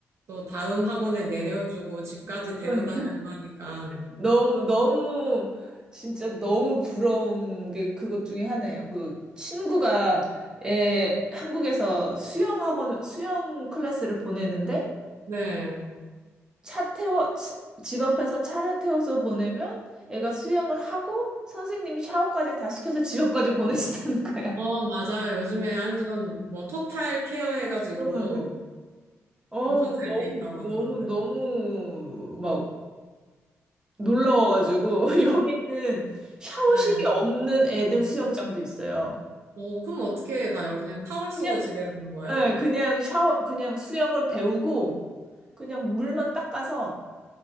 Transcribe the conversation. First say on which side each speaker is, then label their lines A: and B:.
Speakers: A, on the right; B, on the right.
A: 또 다음 학원에 내려주고 집까지 데려다주고
B: 그러니까
A: 하니까
B: 너무, 너무, 진짜 너무 부러운 게 그것 중에 하나예요. 그 친구가 에, 한국에서 수영학원, 수영 클래스를 보내는데
A: 네.
B: 차 태워, 차- 집 앞에서 차를 태워서 보내면 애가 수영을 하고 선생님이 샤워까지 다 시켜서 집 앞까지 보내준다는 거예요.
A: 어, 맞아요. 요즘에 완전 뭐 토탈 케어 해가지고
B: 응. 어,
A: 엄청 잘
B: 너무,
A: 돼 있다고 하더라고요.
B: 너무, 너무 막 놀라워가지고 <laughs> 여기는 샤워실이
A: 네.
B: 없는 애들 수영장도 있어요.
A: 어, 그럼 어떻게 가요? 그냥 타월 쓰고
B: 그냥
A: 집에 가는 거예요?
B: 네, 그냥 샤워, 그냥 수영을 배우고 그냥 물만 닦아서